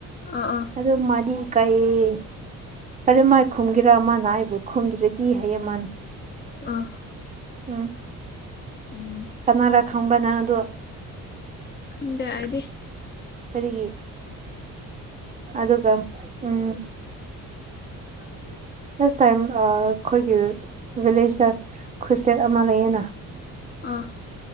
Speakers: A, on the left; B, on the right.
A: ꯑꯥ ꯑꯥ
B: ꯑꯗꯨ ꯃꯗꯤ ꯏꯀꯥꯢꯌ‌ꯦ ꯑꯗꯨ ꯃꯥꯏ ꯈꯨꯝꯒꯦꯔꯥ ꯃꯥꯅ ꯑꯩꯕꯨ ꯈꯨꯝꯗ꯭ꯔꯗꯤ ꯍꯥꯏꯌꯦ ꯃꯥꯅ
A: ꯑ
B: ꯎꯝ
A: ꯎꯝ
B: ꯀꯅꯥꯔ ꯈꯪꯕꯔ ꯅꯪ ꯑꯗꯨ
A: ꯈꯟꯗꯦ ꯑꯥꯢꯗꯤ
B: ꯀꯔꯤꯒꯤ ꯑꯗꯨꯒ ꯎꯝ
A: <unintelligible>
B: ꯐꯁ ꯇꯥꯏꯝ ꯑꯩꯈꯣꯏꯒꯤ ꯚꯤꯂꯦꯖꯇ ꯈꯨꯠꯁꯦꯠ ꯑꯃ ꯂꯩꯌꯦꯅ
A: ꯑꯥ